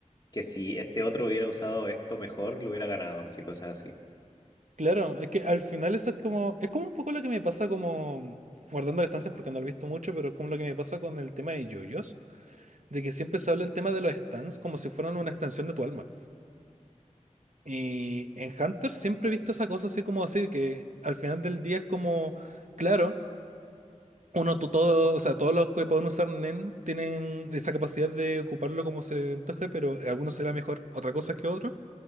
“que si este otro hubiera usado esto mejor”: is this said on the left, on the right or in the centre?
Left